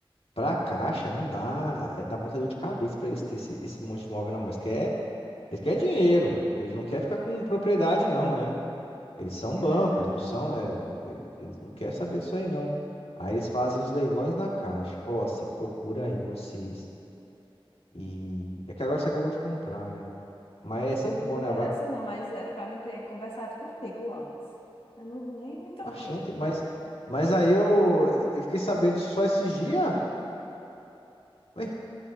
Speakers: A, on the left (about 90°); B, on the left (about 70°).
A: pra caixa não dá, é, dá muita dor de cabeça pra eles ter esse, esse monte de imóvel na mão. Eles querem Eles querem dinheiro. Eles não querem ficar com propriedade, não, né? Eles são
B: É
A: banco,
B: verdade.
A: eles não são. é, eles não querem saber disso aí, não. Aí eles fazem os leilões da Caixa. Ó, você procura aí vocês. E. É que agora você acabou de comprar, né? Mas
B: Agora
A: é sempre
B: não
A: bom,
B: me
A: né?
B: interessa
A: Vai...
B: não, mas era para me ter conversado contigo antes. Eu não nem me toquei.
A: Oxente, mas. Mas aí eu, eu fiquei sabendo disso só esses dias. Ué,